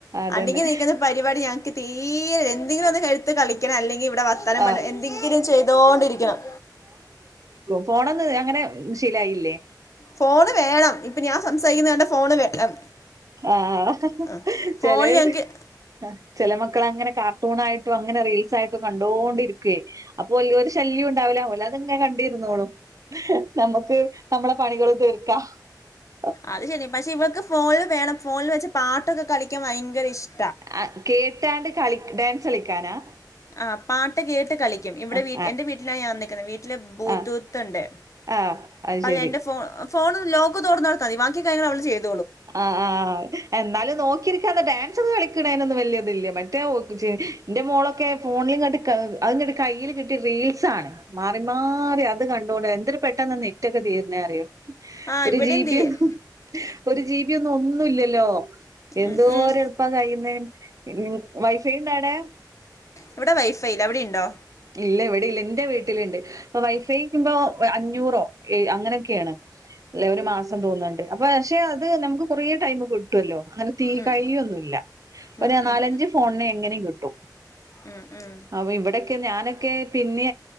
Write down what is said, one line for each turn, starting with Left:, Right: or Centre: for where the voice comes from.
Right: അതന്നെ
Left: അടങ്ങിനിക്കുന്ന പരുപാടി ഞക്ക് തീരെ എന്തങ്കിലു ഒന്ന്എട്ത്ത് കളിക്കണം അല്ലെങ്കിൽ ഇവിട ടെ വർത്താനം
Right: ആഹ്
Left: പറഞ് എന്തെങ്കിലും ചെയ്തോണ്ടിരിക്കണം
Right: ഫോണൊന്ന് അങ്ങനെ മ് ശീലായില്ലേ
Left: ഫോണ് വേണം ഇപ്പൊ ഞാൻ സംസാരിക്കുന്നെ കണ്ട ഫോണ് വേണം
Right: ആ ആ ആഹ് ഹ
Left: ആ
Right: ഹ
Left: ഫോണിൽ
Right: ചേലെ
Left: ഞങ്ങക്ക്
Right: അ ചെല മക്കളങ്ങനെ കാർ ടൂണായിട്ടും അങ്ങനെ റീൽസായിട്ടും കണ്ടോണ്ടിരികുവേ അപ്പൊ വല്യോരു ശല്ല്യണ്ടാവില്ല ഓല് അത്ങ്ങെ കണ്ടിര്ന്നോളും ന്നമ്മക്ക് ന്നമ്മള പണികള് തീർക്കാ <inaudible>
Left: അത് ശരി. പക്ഷെ ഇവക്ക് ഫോണില് വേണം ഫോണില് വെച്ച പാട്ടൊക്കെ കളിക്കാ ഭയങ്കര ഇഷ്ട
Right: ആ കേട്ടാണ്ട് കളി ഡാൻസ് കളിക്കാനാ
Left: ആ പാട്ട് കേട്ട് കളിക്കും ഇവിടെ
Right: ആഹ്
Left: വീട്ടി എന്റെ വീട്ടിലാണ് ഞാ വന്നേക്കുന്നെ വീട്ടില് ബൂട്ടൂത്തണ്ട്
Right: ആഹ് ആഹ് അത്
Left: അപ്പ
Right: ശരി
Left: എന്റെ ഫോ ഫോണ് ലോക്ക് തോർന്നോട്ത്തതി ബാക്കി കാര്യങ്ങൾ അവള് ചെയ്തോളു
Right: ആ ആ അ എന്നാലും നോക്കിര്ക്കാതെ ഡാൻസൊക്കെ കളിക്കണേനൊന്നും വല്ല്യ ദ്ല്ല്യ മറ്റേ ഒ ഒ ജ് ന്റെ മോളൊക്കെ ഫോണിൽ ങ്ങട്ട് അഹ്‌ങ്ങട്ട് കയ്യിൽ കിട്ട്യാ റീൽസ്അണ് മാറി മാറി അത് കണ്ടോണ്ട് എന്തോരു പെട്ടെന്ന നെറ്റൊക്കെ തീരണേന്നറിയോ
Left: ആഹ്
Right: ഒരു
Left: ഇവിടെയും
Right: ജിപി
Left: തിരിയും
Right: ഹ്‌ ഒരു ജിപിന്നു ഒന്നുല്ലല്ലോ എന്തോര്
Left: ഉം ഉം
Right: എൾപ്പ കയുന്നേ മം വൈഫൈണ്ടാടെ?
Left: ഇവിടെ വൈഫൈല്ല അവിടെ ണ്ടോ?
Right: ഇല്ല ഇവിടെ ഇല്ല ന്റെ വീട്ടില്ണ്ട് അപ്പ വൈഫൈക്കുമ്പോ അഞ്ഞൂറോ അങ്ങനെ <inaudible> ക്കേണ് ല്ലേ ഒരു മാസം തോന്ന്ണ്ട് അപ്പ ക്ഷെ അത് നമ്ക്ക് കൊറേ ടൈം കിട്ടോല്ലോ അങ്ങനെ തീ
Left: ഉം
Right: കൈയ്യോന്നുല്ല
Left: ഉം
Right: ഒരു നാലഞ്ച്
Left: ഉം
Right: ഫോണിന് എങ്ങനേം കിട്ടും
Left: ഉം ഉം
Right: അവ്വോ ഇവിടൊ ക്കെ ഞാനൊക്കെ പിന്നെ